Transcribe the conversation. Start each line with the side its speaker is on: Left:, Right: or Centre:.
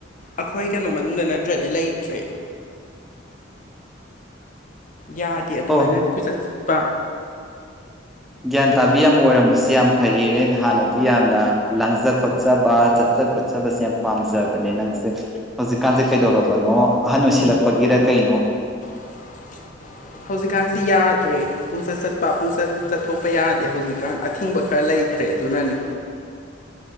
Left: ꯑꯩꯈꯣꯏ ꯀꯩꯅꯣ ꯃꯅꯨꯡꯗ ꯅꯠꯇ꯭ꯔꯗꯤ ꯂꯩꯇ꯭ꯔꯦ ꯌꯥꯗꯦ ꯑꯗꯨꯃꯥꯏꯅ
Centre: ꯑꯣ
Left: ꯀꯨꯣꯏꯆꯠ ꯆꯠꯄ
Centre: ꯒ꯭ꯌꯥꯟ ꯇꯥꯕꯤ ꯑꯃ ꯑꯣꯏꯔꯝꯕꯁꯦ ꯌꯥꯝ ꯐꯩꯌꯦ ꯍꯥꯟꯅꯗꯤ ꯌꯥꯝꯅ ꯂꯥꯡꯖ ꯈꯣꯠꯆꯕ ꯆꯠꯆ ꯈꯣꯠꯆꯕꯁꯦ ꯌꯥꯝꯅ ꯄꯥꯝꯖꯕꯅꯦ ꯅꯪꯁꯦ ꯍꯧꯖꯤꯛꯀꯥꯟꯁꯦ ꯀꯩꯗꯧꯔꯕꯅꯣ ꯑꯍꯟ ꯑꯣꯏꯁꯤꯜꯂꯛꯄꯒꯤꯔ ꯀꯩꯅꯣ
Left: <unintelligible> ꯍꯧꯖꯤꯛꯀꯥꯟꯁꯤ ꯌꯥꯗ꯭ꯔꯦ ꯄꯨꯡꯆꯠ ꯆꯠꯄ ꯄꯨꯡꯆꯠ ꯆꯠꯊꯣꯛꯄ ꯌꯥꯗꯦ ꯍꯧꯖꯤꯛꯀꯥꯟ ꯑꯊꯤꯡꯕ ꯈꯔ ꯂꯩꯈ꯭ꯔꯦ ꯑꯗꯣ ꯆꯅꯅꯤ